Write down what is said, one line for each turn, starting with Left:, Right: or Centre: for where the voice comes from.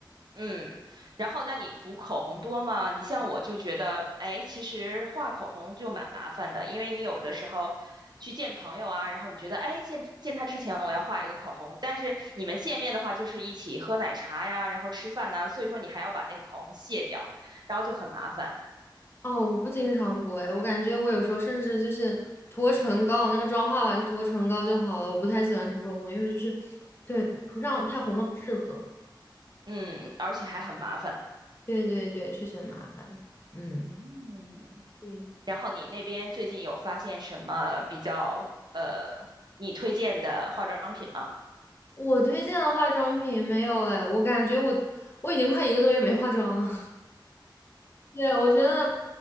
Right: 嗯，然后那你补口红多吗？你像我就觉得，哎，其实画口红就蛮麻烦的，因为你有的时候去见朋友啊，然后你觉得，哎，见见他之前我要画一个口红，但是你们见面的话就是一起喝奶茶呀，然后吃饭呐，所以说你还要把那个口红卸掉，然后就很麻烦，
Left: 哦，我不经常补哎，我感觉我有时候甚至就是涂唇膏，那个妆化完涂个唇膏就好了。我不太喜欢涂口红，因为就是对涂上太红了不适合。
Right: 嗯，而且还很麻烦，
Left: 对对对，确实很麻烦。嗯，
Right: 嗯。
Left: 对，
Right: 然后你那边最近有发现什么比较呃你推荐的化妆品吗？
Left: 我推荐的化妆品没有哎，我感觉我我已经快一个多月没化妆了。对，我觉得，